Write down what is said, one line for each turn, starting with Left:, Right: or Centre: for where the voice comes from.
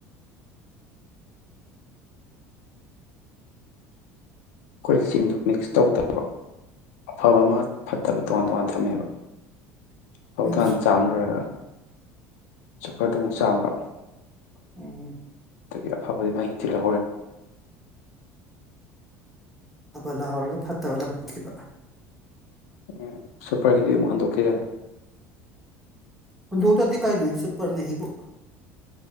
Left: ꯑꯩꯈꯣꯏ ꯆꯦꯡꯗꯨ ꯃꯤꯛꯁ ꯇꯧꯗꯕꯣ ꯑꯐꯕ ꯑꯃ ꯐꯠꯇꯕ ꯇꯣꯉꯥꯟ-ꯇꯣꯉꯥꯟ ꯊꯝꯃꯦꯕ ꯐꯧꯗꯣ
Centre: ꯎꯝ
Left: ꯍꯥꯟ ꯆꯥꯝ ꯂꯣꯏꯔꯒꯥ ꯆꯐꯔꯗꯣ ꯑꯃꯨꯛ ꯆꯥꯝꯕ
Centre: ꯎꯝ
Left: ꯑꯗꯒꯤ <unintelligible>
Centre: ꯑꯐ ꯂꯧꯍꯧꯔꯒ ꯐꯠꯇꯕ ꯂꯪꯊꯣꯛꯈꯤꯕ
Left: ꯎꯝ ꯁꯨꯄꯔꯒꯤꯗꯤ ꯑꯃꯨꯛ ꯍꯟꯗꯣꯛꯈꯤꯔꯦ
Centre: ꯍꯨꯟꯗꯣꯛꯇꯗꯤ ꯀꯩꯅꯣ ꯁꯨꯄꯔ ꯃꯍꯤꯕꯨ